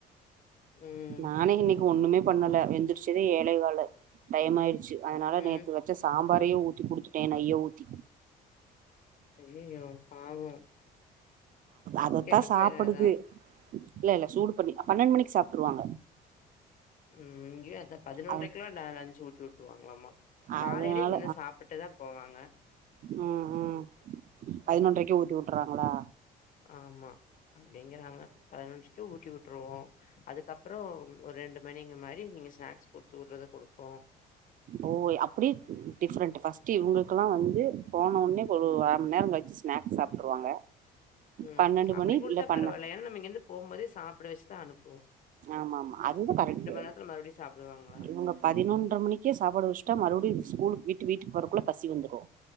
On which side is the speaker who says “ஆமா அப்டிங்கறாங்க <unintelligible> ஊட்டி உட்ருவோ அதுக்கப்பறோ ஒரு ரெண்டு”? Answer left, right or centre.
Left